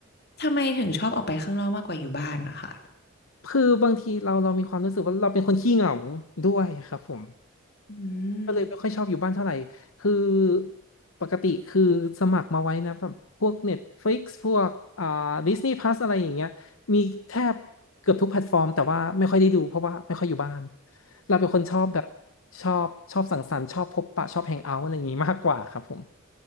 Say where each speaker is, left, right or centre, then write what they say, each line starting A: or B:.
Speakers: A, on the left; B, on the left.
A: ทำไมถึงชอบออกไปข้างนอกมากกว่าอยู่บ้านนะคะ
B: คือบางทีเราเรามีความรู้สึกว่าเราเป็นคนขี้เหงาด้วยครับผม
A: อื
B: ก็เลยไม่ค่อยชอบอยู่บ้านเท่าไหร่
A: ม
B: คือปกติคือสมัครมาไว้นะแบบพวก Netflix พวกอ่า Disney Plus อะไรอย่างเงี้ยมีแทบเกือบทุกแพลตฟอร์มแต่ว่าไม่ค่อยได้ดูเพราะว่าไม่ค่อยอยู่บ้านเราเป็นคนชอบแบบชอบชอบสังสรรค์ชอบพบปะชอบแฮงเอาท์อะไรอย่างงี้มากกว่าครับผม